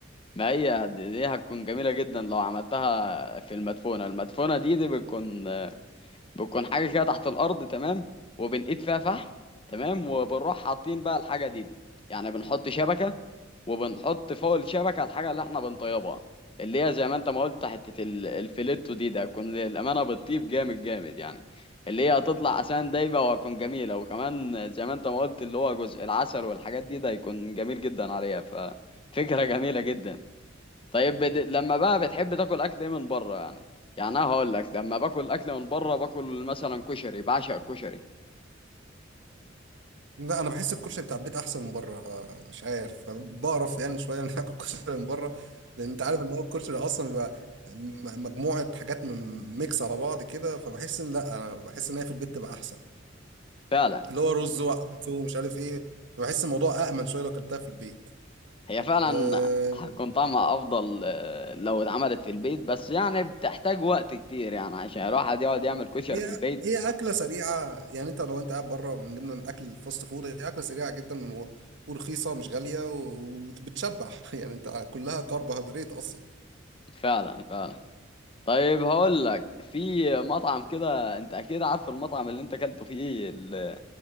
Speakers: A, on the left (about 30°); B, on the right (about 65°).
A: ما هي دي دي هتكون جميلة جدا لو عملتها في المدفونة المدفونة دي دي بتكون بتكون حاجه كده تحت الارض تمام وبنقيد فيها فحم تمام وبنروح حاطين بقى الحاجه دي دي يعني بنحط شبكه وبنحط فوق الشبكه الحاجه اللي احنا بنطيبها اللي هي زي ما انت ما قلت حته ال- الفيليتو دي ده هتكون للامانه بتطيب جامد جامد يعني اللي هي هتطلع اسان دايبه وهتكون جميله وكمان زي ما انت ما قلت اللي هو جزء العسل والحاجات دي ده هيكون جميل جدا عليها ففكره جميله جدا طيب بد... لما بقى بتحب تاكل اكل ايه من بره يعني يعني انا هقول لك لما باكل اكل من بره باكل مثلا كشري بعشق الكشري
B: لا انا بحس الكشري بتاع البيت احسن من بره مش عارف بعرف يعني شويه ان اكل كشري <laughs> من بره لان انت عارف ان هو الكشري اصلا بيبقى م- مجموعه حاجات من ميكس على بعض كده فبحس ان لا انا بحس ان هي في البيت تبقى احسن
A: فعلا
B: اللي هو رز وعدس ومش عارف ايه فبحس الموضوع امن شويه لو اكلتها في البيت
A: هي فعلا
B: أه
A: هتكون طعمها افضل آه، لو اتعملت في البيت بس يعني بتحتاج وقت كتير يعني عشان الواحد يقعد يعمل كشري
B: هي
A: في البيت
B: هي اكله سريعه يعني انت لو انت قاعد بره من ضمن الاكل الفاست فود هي اكله سريعه جدا و- ورخيصه مش غاليه وبتشبع <laughs> يعني انت كلها كربوهيدرات اصلا
A: فعلا فعلا طيب هقول لك في مطعم كده انت اكيد عارف المطعم اللي انت اكلته فيه ال-